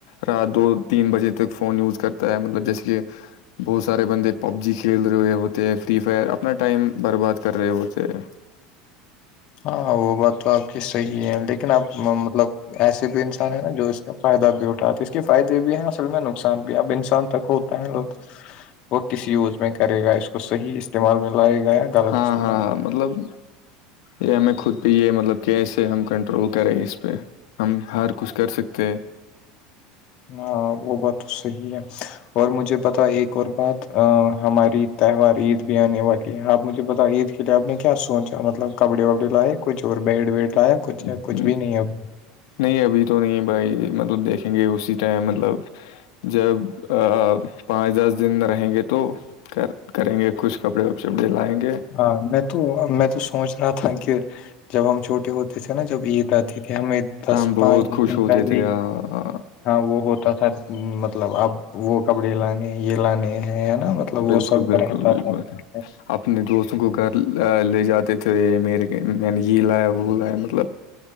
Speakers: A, on the left; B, on the left.
A: رات دو تین بجے تک فون یوز کرتا ہے مطلب جیسے کہ بہت سارے بندے پب جی کھیل رہے ہوتے ہیں فری فائر اپنا ٹائم برباد کر رہے ہوتے ہیں
B: ہاں وہ بات تو آپ کی صحیح ہے لیکن آپ مطلب ایسسی بھی انسان ہے نا جو اس سے فائدہ بھی اٹھاتا کے فائدے بھی ہیں اصل میں نقصان بھی اب انسان تک ہوتا ہے لوگ وہ کس یوز میں کرے گا اس کو صحیح استعمال میں لائے گا یا غلت
A: ہاں
B: استعمال
A: ہاں
B: میں
A: مطلب یہ ہمیں خود بھی یہ مطلب کیسے ہم کنٹرول کریں اس پہ ہم ہر کچھ کر سکتے ہیں
B: ہاں وہ بات تو صحیح ہے اور مجھے پتا ایک اور بات ا ہماری تہوار عید بھی آنے والی ہے آپ مجھے بتاؤ عید کے لیے آپ نے کیا سوچا مطلب کپڑے وپڑے لائے کچھ اور بیڈ ویڈ لایا کچھ
A: ہیں۔
B: کچھ بھی نہیں اب
A: نہیں ابھی تو نہیں بھائی مطلب دیکھیں گے اسی ٹائم مطلب جب پانچ دس دن رہیں گے تو کر کریں گے کچھ کپڑے وپڑےپے لائن
B: ہاں میں تو میں تو سوچ رہا تھا کہ جب ہم چھوٹے ہوتے جیسے نا جب عید رہتی تھی ہمیں دس
A: ہم بہت
B: پانچ دس
A: خوش
B: دن
A: ہوتے
B: پہلے
A: تھے آ، آ،
B: ہاں وہ ہوتا توا مطلب اب وہ کپڑے لانے یہ لانے ہیں ہے نا مطلب
A: بالکل
B: وہ سب
A: بالکل
B: رہتا
A: بالکل
B: تھا پہے
A: اپنے دوستوں کو گھر لے جاتے تھے میرے میں نے یہ لایا وہ لایا مطلب